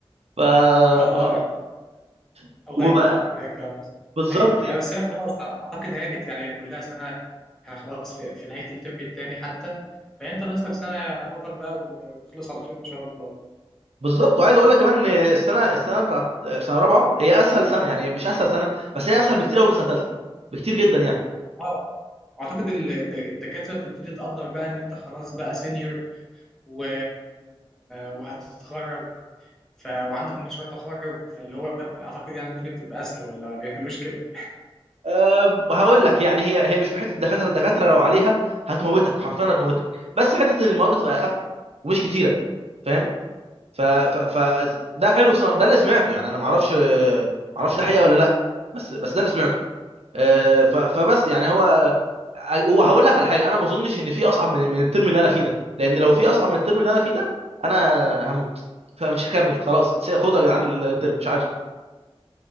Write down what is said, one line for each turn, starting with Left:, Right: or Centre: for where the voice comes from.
Right: ف
Centre: اه
Right: ف
Centre: اه
Right: <laughs>
Centre: الله
Right: وبقى
Centre: يكون في عونك يا مصطفى
Right: بالظبط
Centre: حقيقة
Right: يعني
Centre: يعني بس هي خلاص اعتقد هانت يعني هي كلها سنة احنا خلاص في, في نهاية الترم الثاني حتى فانت ناقص لك سنة يا بطل بقى و- وخلص على خير ان شاء الله
Right: بالظبط وعايز اقول لك كمان ان السنه السنه بتاعت سنه رابعه هي اسهل سنه يعني مش اسهل سنه بس هي اسهل بكتير قوي من سنه ثالثه بكتير جدا يعني
Centre: اه اعتقد ال- الد- الدكاتره بتبتدي تقدر بقى ان انت خلاص بقى سينيور و... وهتتخرج ف... وعندك مشروع تخرج فاللي هو اعتقد يعني الدنيا بتبقى اسهل ولا ما بيعملوش كده
Right: أه هقول لك يعني هي هي مش في حته الدكاتره الدكاتره لو عليها هتموتك حرفيا هتموتك بس حته إن المواد بتبقى اخف ومش كتيره فاهم ف, ف, ف ده حلو صنا- ده اللي سمعته يعني انا ما اعرفش ما اعرفش ده حقيقه ولا لا بس بس ده اللي سمعته أه ف, فبس يعني هو وهقول لك على حاجه انا ما اظنش ان في اصعب من من الترم اللي انا فيه ده لان لو في اصعب من الترم اللي انا فيه ده انا هموت فمش هكمل خلاص خدوا يا جدعان الترم مش عايزه